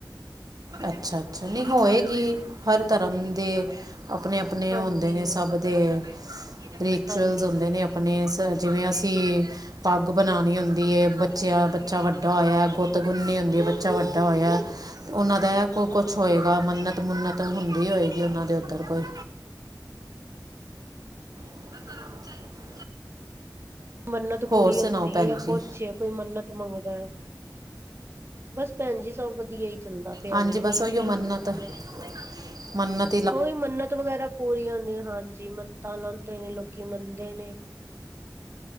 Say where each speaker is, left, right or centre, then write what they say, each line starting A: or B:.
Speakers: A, on the right; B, on the right.
A: ਅੱਛਾ-ਅੱਛਾ ਨਈ ਹੋਏਗੀ, ਹਰ ਧਰਮ ਦੇ ਆਪਣੇ-ਆਪਣੇ
B: ਹਾਂਜੀ
A: ਉਹ ਹੁੰਦੇ ਨੇ, ਸਭ ਦੇ ਰਿਚੁਵਲਸ
B: ਹਾਂਜੀ
A: ਹੁੰਦੇ
B: ਹਾਂਜੀ
A: ਨੇ ਆਪਣੇ ਜਿਵੇਂ, ਅਸੀਂ ਪੱਗ ਬਨਾਣੀ ਹੁੰਦੀ ਏ। ਬੱਚਿਆਂ, ਬੱਚਾ ਵੱਡਾ ਹੋਇਆ ਗੁੱਤ ਗੁੰਨਨੀ ਹੁੰਦੀ ਐ ਬੱਚਾ ਵੱਡਾ ਹੋਇਆ। ਉਹਨਾਂ ਦੈ, ਕੋ ਕੁਛ ਹੋਏਗਾ ਮੰਨਤ-ਮੁੰਨਤ ਹੁੰਦੀ ਹੋਏਗੀ ਉਹਨਾਂ ਦੇ ਉੱਧਰ ਕੋਈ। <unintelligible>
B: ਮੰਨਤ
A: ਹੋਰ
B: ਪੂਰੀ
A: ਸੁਣਾਓ
B: ਹੁੰਦੀ
A: ਭੈਣ
B: ਏ ਕੁਛ
A: ਜੀ
B: ਕੋਈ ਮੰਨਤ ਮੰਗਦਾ ਐ ਬਸ ਭੈਨਜੀ ਸਭ ਵਧੀਆ ਈ ਚੱਲਦਾ ਪਿਆ
A: ਹਾਂਜੀ
B: ਵੇ
A: ਬਸ ਉਹੀਓ ਮੰਨਤ-ਮੰਨਤ
B: ਉਹੀ ਮੰਨਤ ਵਗੈਰਾ ਪੂਰੀਆਂ ਹੁੰਦੀਆਂ, ਹਾਂਜੀ ਮੰਨਤਾਂ ਲਾਉਦੇ ਨੇ ਲੋਕੀ ਮੰਨਦੇ ਨੇ।